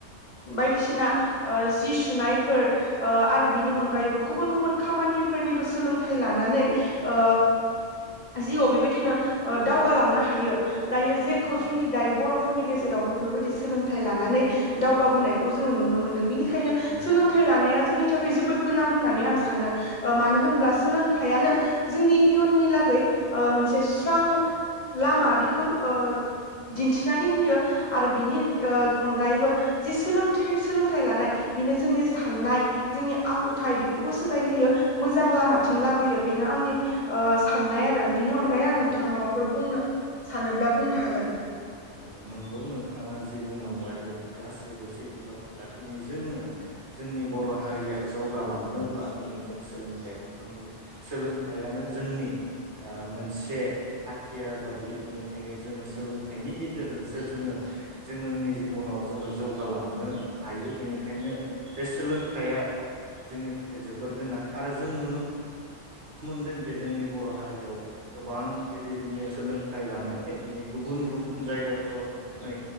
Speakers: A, on the left; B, on the right.
A: बायदिसिना ओ जि सुनायफो ओ आरो बिनि
B: औ
A: अनगायैबो गुबुन गुबुन खामानिफोरनिबो सोलोंथाइ लानानै ओ जिउआव बेबायदिनो ओ दावगालांनो हायो। दायो जेखौ
B: नंगौ
A: जोंनि दायो बर'फ फोरनि गेजेरावबो बिफोरबायदि सोलोंथाइ लानानै दावगाबोनायखौ जोङो नुनो मोनदों बिनि खायनो
B: नंगौ
A: सोलोंथाइ लानाया जोंनि थाख खै जोबोद गोनां होननानै आं सानो ‌ओ मानो
B: औ
A: होनब्ला सोलोंथाइआनो जोंनि इयुननि लागै ओ मोनसे सि फ्रां लामा बिखोर ओ दिन्थिनानै होयो आरो बिनि ओ
B: औ
A: अनगायैबो जि सोलोंथाइ सोलोंथाइ लानाय बिनो जोंनि साननाय जोंनि आखुथाय बि खौबो सोलायहैयो मोजां लामाथिं
B: नंगौ
A: लाबोयो बिनो आंनि ओ साननाय आरो बिनि अनगाय आरो
B: नंगौ
A: नों थाङा माबाफोर बुंनो सानोब्ला बुंनो हागोन।
B: औ नोंगौ नोंथाङा जि बुंलांबाय बे फोर गासैबो सैथो बाथ्रा दिनै जोंनो जोंनि बर' हारिया जौगालांनोब्ला दिनै जों सोलोंथाइखौ नांगौ सोलोंथाइयानो जोंनि ओ मोनसे हाथियार बादि बेनिखायनो जोङो सोलों बिनि गेजेरजोंसो जोङो जों ओंनि जिबनाव जोङो जौगालांनो हायो बेनिखायनो बे सोलोंथाइया जोंनि थाखाय जोबोर गोनां आरो जों नुनो नुनो मोनदों जे जोंनि बर' हारियाव गोबां बेबायदिनो सोलोंथाइ लानानै दिनै गुबुन गुबुन जायगाफोराव थांनानै